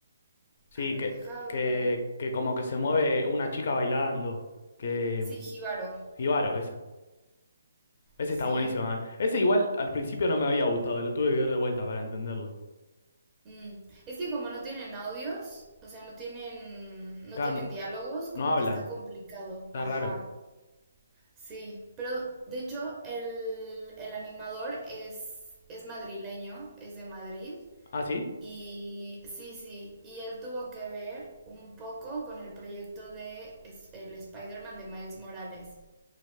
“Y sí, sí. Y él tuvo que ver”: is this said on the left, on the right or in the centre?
Right